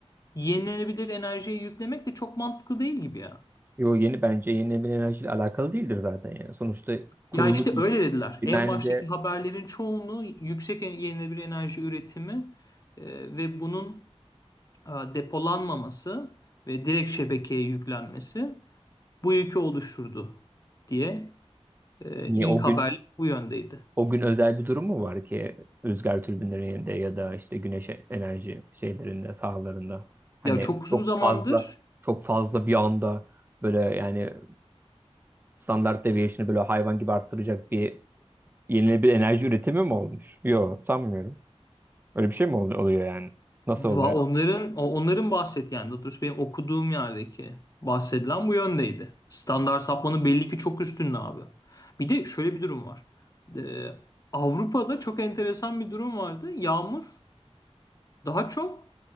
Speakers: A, on the left (about 35°); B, on the right (about 20°).
A: yenilenebilir enerjiye yüklemek de çok mantıklı değil gibi ya.
B: yo yeni bence yenilenebilir enerjiyle alakalı değildir zaten yani. Sonuçta kurulu
A: Ya işte
B: bir
A: öyle dediler.
B: dümende
A: En baştaki haberlerin çoğunu yüksek en- yenilenebilir enerji üretimi e, ve bunun e, depolanmaması ve direkt şebekeye yüklenmesi bu yükü oluşturdu diye e,
B: niye
A: ilk
B: o
A: haberler
B: gün
A: bu yöndeydi.
B: o gün özel bir durum mu var ki rüzgar türbinlerinde ya da işte güneş enerji şeylerinde sahalarında hani
A: Ya çok uzun
B: çok
A: zamandır
B: fazla çok fazla bir anda böyle yani standart deviation'ı böyle hayvan gibi arttıracak bir yenilenebilir enerji üretimi mi olmuş? Yok sanmıyorum. Öyle bir şey mi oluyor, oluyor yani? Nasıl
A: Va-
B: oluyor?
A: Onların o- onların bahsettiği yani daha doğrusu benim okuduğum yerdeki bahsedilen bu yöndeydi. Standart sapmanın belli ki çok üstünde abi. Bir de şöyle bir durum var. Ee, Avrupa'da çok enteresan bir durum vardı. Yağmur daha çok